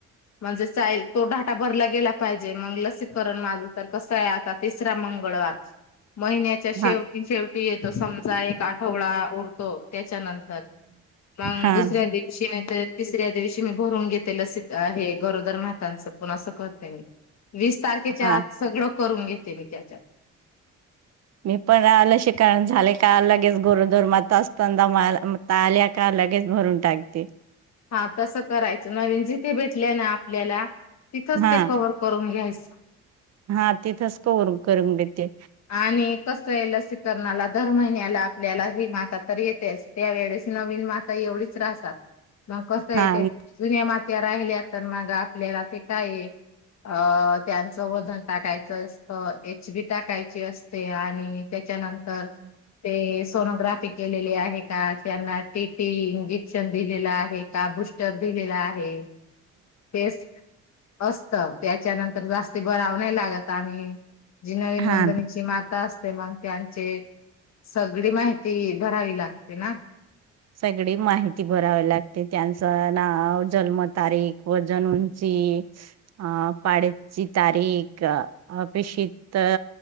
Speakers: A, on the left; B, on the right.
A: <unintelligible> म्हणजे चाईल तो डाटा भरला गेला पाहिजे मग लसीकरण माझं तर कसं आहे आता तिसरा मंग मंगळवारच महिन्याच्या शेवटी
B: हा
A: शेवटी येतो समजा एक आठवडा उरतो त्याच्यानंत मग
B: हा
A: दुसऱ्या दिवशी तर तिसऱ्या शी मी भरून घेत <unintelligible> गरोदर मातांच पण अस करते म वीस तारखेच्या
B: हा
A: आता सगळं करून घेते मी त्याच्यात
B: मी पण ल शिकण झाले का लगेच गोरदोर मात असत आल्या का <unintelligible> लगेच भरून टाकते
A: हा तसं करायचं नवीन जिथे भेटल्या ना आपल्याला तिथंच
B: हा
A: ते कव्हर करून घ्यायच
B: हा तिथंच कवर करून देते
A: आणि कस आहे लसीकरणाला दर महिन्याला आपल्याला हे माता तर येतेच त्यावेेळेस नवीन माता एवढीच राहतात मग कस येते
B: हा
A: जु्न्या माता त्या राहिल्या तर मग आपल्याला ते काय अ त्यांचं वजन टाकायचं असत एच बी टाकायच अस आणि त्याच्या नंतर सोनोग्राफी केलेली आहे का त्यांना टीटी इंजेक्शन दिलेला आहे का बुस्टर दि दिलेला आहे टेस्ट असत त्याच्यानंतर जास्त गराव नाही लागत आणि जिनवी
B: हा
A: नोंदणीची माात अस ते मग त्यांचे सगळी माहिती भरावी लागते ना
B: सगळी माहिती भरावी लागते त्यांचं नाव जन्मतारीख व जनूंची <unintelligible> <unintelligible> पाडची तारीख अपेक्षित